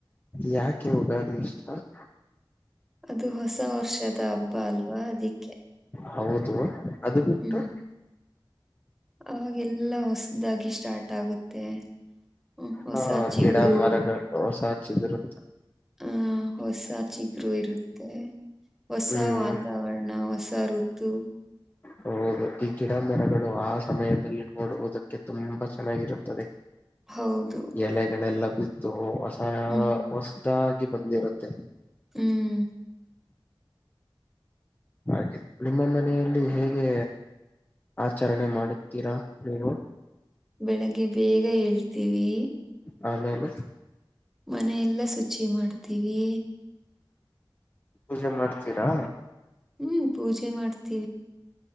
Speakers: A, on the left (about 20°); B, in the centre.
A: ಯಾಕೆ ಉದಾರಣ ಇಷ್ಟಾರ್
B: ಅದು ಹೊಸ ವರ್ಷದ ಹಬ್ಬ ಅಲ್ವಾ ಅದಿಕ್ಕೆ
A: ಹೌದು ಅದು ಬಿಟ್ಟು
B: ಹ್ಮ್ ಅವಾಗೆಲ್ಲಾ ಹೊಸದಾಗಿ ಸ್ಟಾರ್ಟ್ ಆಗುತ್ತೆ ಹ್ಮ ಹೊಸ
A: ಹಾ
B: ಚಿಗುರು
A: ಕಿಡ ಮರಗ ಹೊಸ ಚರು
B: ಹ ಹೊಸ ಚಿಗರು ಇರುತ್ತೆ ಹೊಸ
A: ಹ್ಮ್
B: ವಾತಾವರಣ ಹೊಸ ಋತು
A: ಹೌದು ಈ ಗಿಡ ಮರಗಳು ಆ ಸಮಯದಲ್ಲಿ ನಓಡುವುದಕ್ಕೆ ತುಂಬಾ ಚೆನ್ನಾಗಿರುತ್ತದೆ
B: ಹೌದು
A: ಎಲೆಗಳೆಲ್ಲ ಬಿತ್ತು ಹೊಸ
B: ಹ್ಮ್
A: ಹೊಸದ ಬಂದ ಇರುತ್ತೆ
B: ಹ್ಮ್
A: ಹಾಗೆ ನಿಮ್ಮ ಮನೆಯಲ್ಲಿ ಹೇಗೆ ಆಚರಣೆ ಮಾಡುತ್ತೀರಾ ನೀವು
B: ಬೆಳಗ್ಗೆ ಬೇಗ ಏಳ್ತೀವಿ
A: ಹೈದೇನ
B: ಮನೆಯ ಎಲ್ಲಾ ಶುಚಿ ಮಾಡ್ತೀವಿ
A: ಪೂಜೆ ಮಾಡ್ತೀರಾ
B: ಹ್ಮ್ ಪೂಜೆ ಮಾಡ್ತ